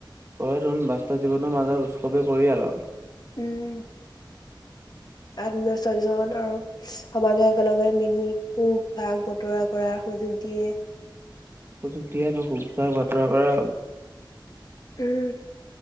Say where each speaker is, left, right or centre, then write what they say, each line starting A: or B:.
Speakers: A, on the right (about 30°); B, on the left (about 55°).
A: কয় তোন বাস্তৱ জীৱনৰ মাজত উৎসৱে পৰিয়ালাও
B: উম আত্মীয় স্বয়জন আৰু সমাজে একেলগে মিলি সুখ ভাগ বতৰা কৰা সুযোগ দিয়ে।
A: সুযোগ দিয়া সুখ ভাগ বাতৰা কৰা।
B: উম